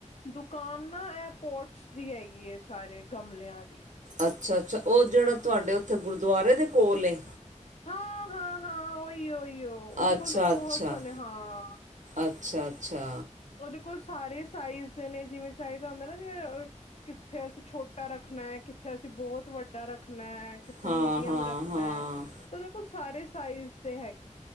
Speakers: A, on the left; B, on the right.
A: ਦੁਕਾਨ ਨਾ ਐੰ ਪੋਟਸ ਦੀ ਹੈਗੀ ਏ, ਸਾਰੇ ਗਮਲਯਾਂ ਦੀ।
B: ਅੱਛਾ -ਅੱਛਾ। ਉਹ ਜੇੜਾ ਤੁਹਾਡੇ ਉਥੇ ਗੁਰਦੁਆਰੇ ਦੇ ਕੋਲ ਏ।
A: ਹਾਂ- ਹਾਂ- ਹਾਂ। ਉਈ- ਉਈ ਓ ਉਦੇ
B: ਅੱਛਾ
A: ਕੋਲ ਤੇ ਬਹੁਤ
B: ਅੱਛਾ
A: ਸੋਣੇੇ ਹਾਂ
B: ਅੱਛਾ- ਅੱਛਾ।
A: ਉਦੇ ਕੋਲ ਸਾਰੇ ਸਾਈਜ਼ ਦੇ ਨੇ ਜਿਵੇਂ ਚਾਈਦਾ ਹੁੰਦਾ ਨਾ ਜਿਵੇਂ ਅ ਕਿੱਥੇ ਅਸੀ ਛੋਟਾ ਰੱਖਨੈ, ਕਿੱਥੇ ਅਸੀ ਬਹੁਤ ਵੱਡਾ ਰੱਖਨੈ ਕਿੱਥੇ
B: ਹਾਂ
A: ਮੀਡੀਯਮ
B: ਹਾਂ
A: ਰੱਖਨੈ
B: ਹਾਂ
A: ਤੇ ਉਦੇ ਕੋਲ ਸਾਰੇ ਸਾਈਜ਼ ਦੇ ਹੈਗੇ।